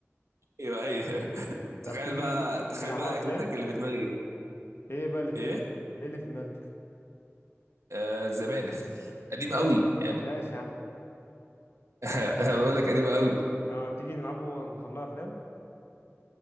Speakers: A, on the right; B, on the left.
A: ايوه ايوه <laughs>
B: طب
A: تخيل
B: تيجي
A: بقى تخيل
B: نلعبوها
A: بقى
B: افلام
A: اكلتك اللي في دماغي
B: ايه بقى اللي في
A: ايه
B: دماغك ايه اللي في دماغك
A: آه زمانخ قديمه
B: طب انا
A: قوي
B: ما
A: يعني
B: بحبهاش
A: <laughs> انا بقول لك قديمه قوي
B: اه تيجي نلعبه نخليها افلام